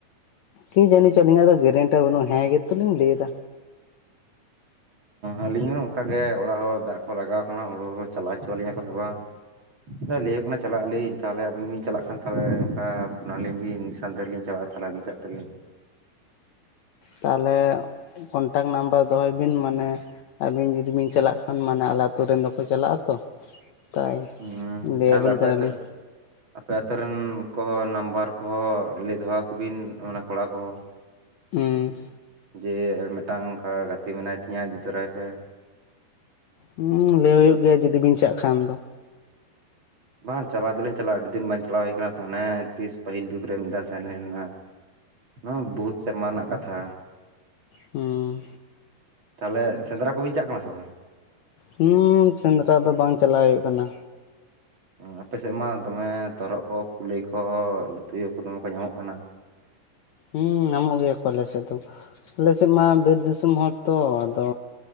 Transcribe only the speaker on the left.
ᱠᱤ ᱡᱟᱹᱱᱤ ᱪᱚᱞᱤᱧᱟᱜ ᱫᱚ ᱜᱮᱨᱮᱱᱴᱤ ᱵᱟᱹᱱᱩᱜᱼᱟ ᱦᱮᱸ ᱜᱮᱛᱚᱞᱤᱧ ᱞᱟᱹᱭᱮᱫᱟ᱾
ᱛᱟᱦᱚᱞᱮ ᱠᱚᱱᱴᱟᱠᱴ ᱱᱟᱢᱵᱟᱨ ᱫᱚᱦᱚᱭ ᱵᱤᱱ ᱢᱟᱱᱮ ᱟᱹᱵᱤᱱ ᱡᱩᱫᱤ ᱵᱤᱱ ᱪᱟᱞᱟᱜ ᱢᱟᱱᱮ ᱟᱞᱮ ᱟᱛᱳ ᱨᱮᱱ ᱫᱚᱠᱚ ᱪᱟᱞᱟᱜᱼᱟ ᱛᱚ ᱛᱟᱭ
ᱞᱟᱹᱭᱟᱵᱤᱱ
ᱠᱟᱱᱟᱞᱤᱧ᱾
ᱦᱩᱸ᱾
ᱦᱩᱸ ᱞᱟᱹᱭ ᱦᱩᱭᱩᱜ ᱜᱮᱭᱟ ᱡᱩᱫᱤ ᱵᱤᱱ ᱪᱟᱜ ᱠᱷᱟᱱ ᱫᱚ᱾
ᱦᱩᱸ᱾
ᱦᱩᱸᱻ ᱥᱮᱸᱫᱽᱨᱟ ᱫᱚ ᱵᱟᱝ ᱪᱟᱞᱟᱣ ᱦᱩᱭᱩᱜ ᱠᱟᱱᱟ᱾
ᱦᱮᱸ ᱧᱟᱢᱚᱜ ᱜᱮᱭᱟ ᱠᱚ ᱟᱞᱮ ᱥᱮᱫ ᱫᱚ ᱟᱞᱮ ᱥᱮᱫ ᱢᱟ ᱵᱤᱨ ᱫᱤᱥᱚᱢ ᱦᱚᱲ ᱛᱚ ᱟᱫᱚ